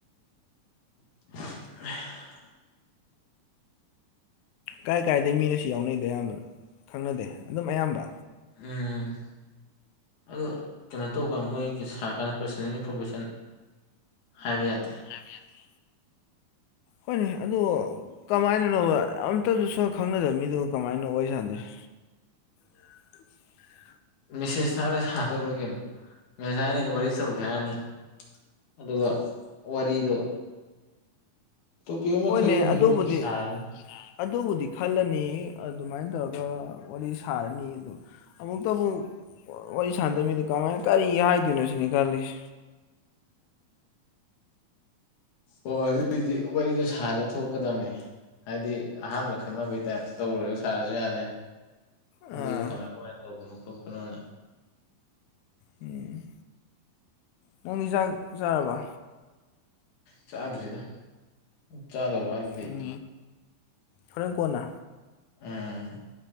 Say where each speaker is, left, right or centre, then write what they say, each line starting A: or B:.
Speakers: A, on the left (about 60°); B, on the left (about 75°).
A: <unintelligible>
B: ꯀꯥꯏ ꯀꯥꯏꯗꯩ ꯃꯤꯅꯣꯁꯤ ꯌꯥꯎꯅꯩꯗꯣ ꯑꯌꯥꯝꯕ ꯈꯪꯅꯗꯦ ꯑꯗꯨꯝ ꯑꯌꯥꯝꯕ
A: ꯎꯝ ꯑꯗꯣ ꯀꯩꯅꯣ ꯇꯧꯀꯥꯟ ꯃꯣꯏꯒꯤ ꯁꯥꯀꯥꯟ ꯄ꯭ꯔꯁꯅꯦꯜ ꯏꯟꯐꯣꯔꯃꯦꯁꯟ ꯍꯥꯏꯕ ꯌꯥꯇꯦ
B: ꯂꯥꯏꯕ ꯌꯥꯗꯦ ꯍꯣꯏꯅꯦ ꯑꯗꯣ ꯀꯃꯥꯏꯅꯅꯣꯕ ꯑꯝꯇꯖꯨ ꯁꯛ ꯈꯪꯅꯗꯕ ꯃꯤꯗꯨꯒ ꯀꯃꯥꯏꯅ ꯋꯥꯔꯤ ꯁꯥꯟꯗꯣꯏꯖꯦ <inaudible>
A: ꯃꯦꯁꯦꯁ ꯊꯥꯔ ꯁꯥꯗꯧꯅꯦ ꯀꯩꯅꯣ ꯉꯁꯥꯏꯅ ꯑꯦꯋꯥꯔꯤꯁꯇꯧꯖꯦ ꯍꯥꯏꯔꯅꯤ ꯑꯗꯨꯒ ꯋꯥꯔꯤꯗꯣ ꯇꯣꯄꯤꯛ ꯑꯃ
B: ꯍꯣꯏꯅꯦ
A: ꯈꯜꯂꯅꯤ
B: ꯑꯗꯨꯕꯨꯗꯤ
A: ꯑꯗꯨꯒ ꯁꯥꯔꯅꯤ
B: ꯑꯗꯨꯕꯨꯗꯤ ꯈꯜꯂꯅꯤ ꯑꯗꯨꯃꯥꯏꯟ ꯇꯧꯔꯒ ꯋꯥꯔꯤ ꯁꯥꯔꯅꯤ ꯑꯗꯨ ꯑꯃꯨꯛꯇꯕꯨ ꯋꯥꯔꯤ ꯁꯥꯟꯗ ꯃꯤꯗ ꯀꯃꯥꯏꯟ ꯀꯔꯤ ꯍꯥꯏꯗꯣꯏꯅꯦ ꯁꯤꯅꯤ ꯈꯜꯂꯤꯖꯦ
A: ꯑꯣ ꯑꯗꯨꯏꯗꯤ ꯋꯥꯔꯤꯗꯣ ꯁꯥꯔ ꯊꯣꯛꯀꯗꯝꯅꯦ ꯍꯥꯏꯗꯤ ꯑꯍꯥꯟꯕ ꯈꯪꯅꯕꯩ ꯇꯥꯏꯞꯇ ꯇꯧꯔꯨꯔ ꯁꯥꯔꯖꯨ ꯌꯥꯔꯦ
B: ꯑꯥ
A: ꯑꯗꯨꯒ ꯀꯃꯥꯏ ꯀꯃꯥꯏ ꯇꯧꯕꯅꯣ ꯈꯣꯠꯄꯅꯣꯅ
B: ꯎꯝ ꯅꯪꯗꯤ ꯖꯥꯛ ꯖꯥꯔꯕꯣ
A: ꯆꯥꯗ꯭ꯔꯤꯗ ꯆꯥꯗꯧ ꯋꯥꯠꯂꯤ
B: ꯎꯝ ꯍꯣꯔꯦꯟ ꯀꯣꯟꯅ
A: ꯑꯥ